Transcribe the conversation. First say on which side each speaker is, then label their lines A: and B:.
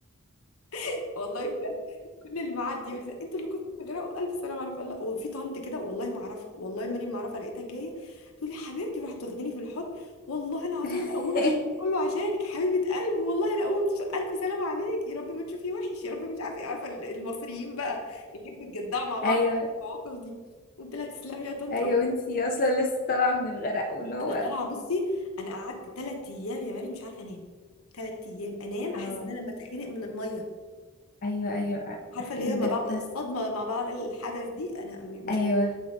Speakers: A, on the left (about 80°); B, on the left (about 40°).
A: <laughs> والله كل اللي معدي يقول لي انتوا اللي كنتوا بتجرأوا الف سلام عليكم الله وفي طنط كده والله ما اعرفها والله مريم ما اعرفها لقيتها جايه تقول لي حبيبتي وراحت واخداني في الحضن والله العظيم
B: <laughs>
A: انا قومت الشوط كله عشانك حبيبه قلبي والله انا قومت الشوط الف سلام عليكي يا رب ما تشوفي وحش يا رب مش عارفه ايه عارفه ال- المصريين بقى بيحبوا يتجدعوا مع بعض
B: ايوه
A: في المواقف دي قلت لها تسلمي يا طنط
B: ايوه
A: رب.
B: وانتي اصلا لسه طالعه من الغرق واللي هو
A: انا طالعه بصي انا قعدت ثلاث ايام يا مريم مش عارفه انام ثلاث ايام انام احس
B: اه
A: ان انا بتخنق من الميه
B: ايوه ايوه
A: عارفه اللي
B: أيوة
A: هي ما
B: بجد
A: بعد الصدمه ما بعد الحدث دي انا م- مش
B: ايوه